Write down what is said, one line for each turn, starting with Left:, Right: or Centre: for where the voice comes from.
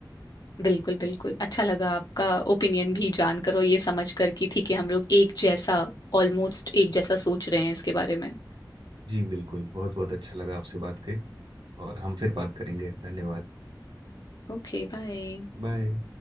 Left: बिल्कुल बिल्कुल अच्छा लगा आपका ओपिनियन भी जानकर और ये समझ कर कि ठीक है हम लोग एक जैसा ऑलमोस्ट एक जैसा सोच रहे हैं इसके बारे में
Right: जी बिल्कुल बहुत बहुत अच्छा लगा आपसे बात करी और हम फिर बात करेंगे धन्यवाद
Left: Okay bye
Right: बाय